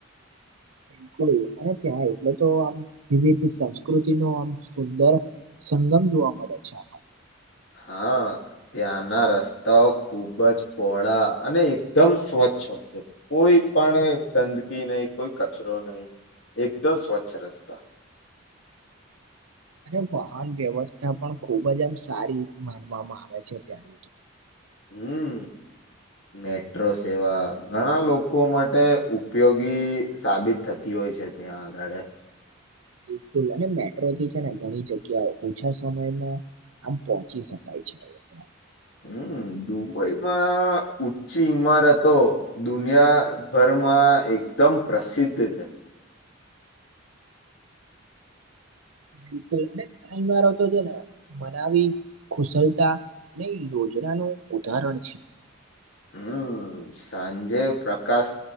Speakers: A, on the right (about 90°); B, on the left (about 65°).
A: બિલકુલ અને ત્યાં એટલે તો આમ વિવિધ સંસ્કૃતિનુ આમ સુંદર સંગમ જોવા મળે છે આપણ
B: હા ત્યાંના રસ્તાઓ ખુબ જ પોહળા અને એકદમ સ્વચ્છ છ હોય છે કોઈપણ ગંદકી નહી કોઈ કચરો નય એકદમ સ્વચ્છ રસ્તા
A: અને વાહન વ્યવસ્થા પણ ખૂબજ એમ સારી માનવામાં આવે છે ત્યાની તો
B: હમ મેટ્રો સેવા ઘણા લોકો માટે ઉપયોગી સાબિત થતી હોય છે. ત્યા આગાડે
A: બિલકુલ અને મેટ્રોથી છે ને ઘણી જગ્યા ઓછા સમયમાં આમ પહોંચી શકાય છે.
B: હમ દુબઈમાં ઉંચી ઈમારતો દુનિયા ભર માં એકદમ પ્રસિદ્ધ છે.
A: બિલકુલ અને આ ઇમારો તો છે ને મનાવી કુશલતા ને યોજનાનું ઉદાહરણ છે.
B: હમ સાંજે પ્રકાશ